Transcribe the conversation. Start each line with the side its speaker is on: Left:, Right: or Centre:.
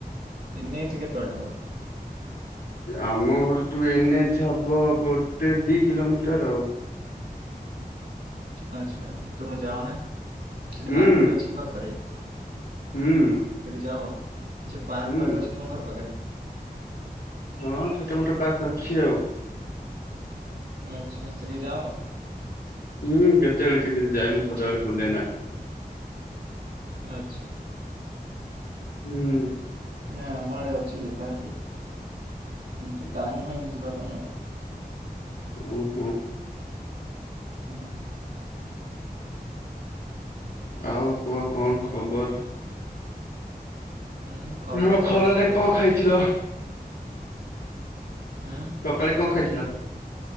Right: ଏନ ଏଚ କେତେ ବାଟ ହବ?
Left: ଆମ ଘର ଟୁ ଏନ ଏଚ ହବ ଗୋଟେ, ଦି କିଲୋମିଟର ଆଉ।
Right: ଆଚ୍ଛା ତୁମେ ଯାଅ ନା। ସେଠି
Left: ହୁଁ
Right: ମାର୍କେଟ ଅଛି କି ପାଖରେ?
Left: ହୁଁ
Right: ସେଠି ଯାଅ କିଛି ପାର୍କ
Left: ହୁଁ
Right: ପାର୍କ ଅଛି ତୁମ ଘର ପାଖରେ?
Left: ହଁ ଛୋଟ ମୋଟ ପାର୍କ ଅଛି ଆଉ।
Right: ଆଛା ସେଠିକି ଯାଅ?
Left: ହୁଁ କେତେ ବେଳେ କେମିତି ଯାଏ ମୁଁ ସଦାବେଳେ ବୁଲ ନା।
Right: ଆଚ୍ଛା।
Left: ହୁଁ।
Right: ନା ଆମ ଆଡେ ଅଛି ଯେ ପାର୍କ କିନ୍ତୁ ଟାଇମ ହୁଏନି ଯିବା ପାଇଁ ଆଉ।
Left: ଉଁ ହୁଁ।
Right: ହୁଁ।
Left: ଆଉ କୁହ କଣ
Right: ଆଉ
Left: ଖବର?
Right: ହୁଁ ଖବର
Left: ଆଉ
Right: ସବୁ
Left: ଖରାରେ
Right: ଭଲ
Left: କଣ
Right: ଅଛି।
Left: ଖାଇଥିଲ
Right: ଉଁ।
Left: ସକାଳେ କଁ ଖାଇଥିଲ?